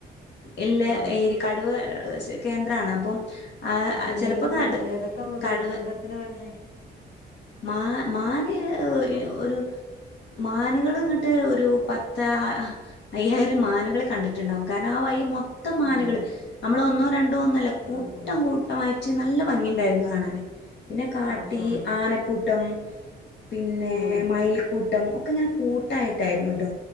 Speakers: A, on the left; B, on the left.
A: എല്ല
B: ആഹ്
A: ഏരി കടുവ. ഏ കേന്ദ്രണ് അപ്പം. ആഹ്
B: എന്നിട്ട്
A: ങ്
B: എന്തെങ്കിലും
A: ചെലപ്പോ കടു
B: കണ്ട് ഏതൊക്കെ മൃഗ
A: കടുവ
B: മൃഗത്തിനെ കണ്ടേ
A: മാ മാന് ങ് ഇ ഒരു മാന്കള് ഇങ്ങട്ട് ഒരു പത്താ അയ്യായിരംമാന്കളെ കണ്ട്ട്ട്ണ്ടാവും കാരണം ആ വഴി മൊ ത്തം മാനകള്
B: ആഹ്
A: നമ്മളൊന്നോ രണ്ടോന്നല്ല കൂട്ടം
B: ആഹ് അത് ശരി
A: കൂട്ടമായിട്ട് നല്ല ഭംഗിണ്ടായിരുന്നു കാണാന് പിന്നെ കാട്ടി
B: ആഹ് ആഹ്
A: ആനക്കൂട്ടം പിന്നേ
B: ഉം
A: മയിൽക്കൂ ട്ടം ഒക്കെങ്ങനെ കൂ ട്ടായിട്ടായിരുന്നുട്ടോ
B: ഉം